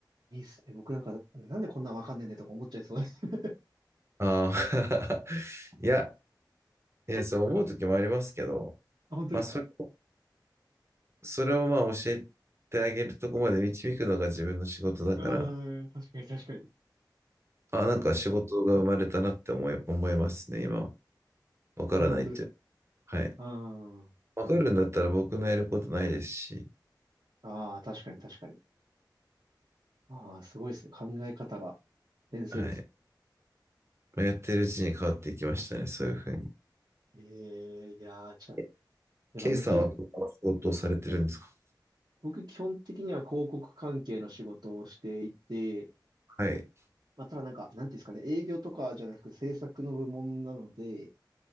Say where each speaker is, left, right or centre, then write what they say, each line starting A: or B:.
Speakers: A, on the right (about 80°); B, on the right (about 35°).
A: いいっすね。僕なんか、なんでこんなんわかんねえんだよとか思っちゃいそうです。<laughs>
B: ああ、<laughs> いや、いや、そう思うときもありますけど、
A: あ、本当ですか
B: まあ、それを、それをまあ、教えてあげるとこまで導くのが自分の仕事だから、
A: うーん、確かに確かに。
B: あ、なんか仕事が生まれたなって思い、
A: なるほど。
B: 思いますね、今は。わからないっていう。
A: あ、本当ですか
B: はい。
A: うーん。
B: わかるんだったら僕のやることないですし、
A: ああ、確かに確かに。ああ、すごいですね。考え方が先生です。
B: はい。まあやってるうちに変わっていきましたね、そういうふうに。
A: ええいやー、ちゃ、
B: え
A: やっぱ向き、
B: K さんはどんな仕事をされてるんですか
A: 僕基本的には広告関係の仕事をしていて、
B: はい。
A: まあ、ただなんか、なんていうんですかね、営業とかじゃなく制作の部門なので、